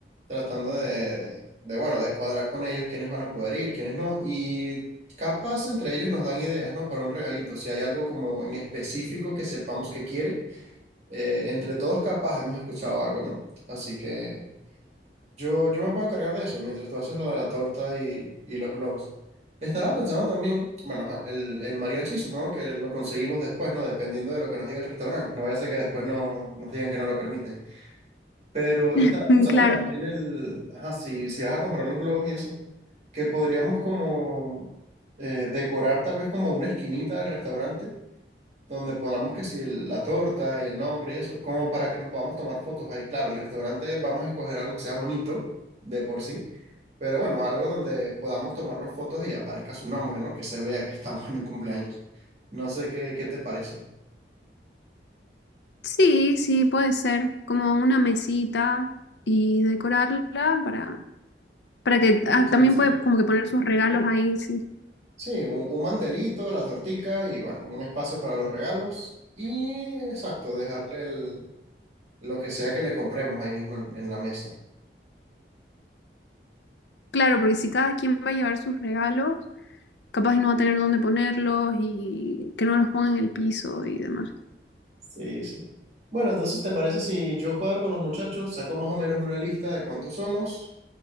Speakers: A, on the right; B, on the left.
A: tratando de, de, bueno, de cuadrar con ellos quiénes van a poder ir, quiénes no. Y capaz entre ellos nos dan ideas, ¿no? Para un regalito. Si hay algo como en específico que sepamos que quiere, eh, entre todos capaz hemos escuchado algo, ¿no? Así que... Yo, yo me puedo encargar de eso mientras tú haces lo de la torta y, y los globos. Estaba pensando también, bueno, ajá, el, el mariachi supongo que lo conseguimos después, ¿no? Dependiendo de lo que nos diga el restaurante. No vaya a ser que después no, nos digan que no lo permiten. Pero
B: <laughs>
A: estaba
B: mm,
A: pensando
B: claro.
A: también el, ajá, si, si vas a comprar los globos y eso, que podríamos como eh, decorar tal vez como una esquinita del restaurante donde pongamos que si el- la torta y el nombre y eso, como para que nos podamos tomar fotos ahí. Claro, el restaurante vamos a escoger algo que sea bonito de por sí, pero bueno, algo donde podamos tomarnos fotos y aparezca su nombre, ¿no? Que se vea que estamos en el cumpleaños. No sé qué, qué te parece.
B: Sí, sí, puede ser como una mesita y decorarla para, para que ah,
A: Cristian,
B: también
A: sí.
B: puede como que poner sus regalos ahí, sí.
A: Sí, Sí, un, un mantelito, la tortica y bueno, un espacio para los regalos y exacto, dejarle el- lo que sea que le compremos ahí mismo en en la mesa.
B: Claro, porque si cada quien va a llevar sus regalos, capaz y no va a tener dónde ponerlos y que no los ponga en el piso y demás.
A: Sí, sí. Bueno, entonces, ¿te parece si yo cuadro con los muchachos, saco más o menos una lista de cuántos somos?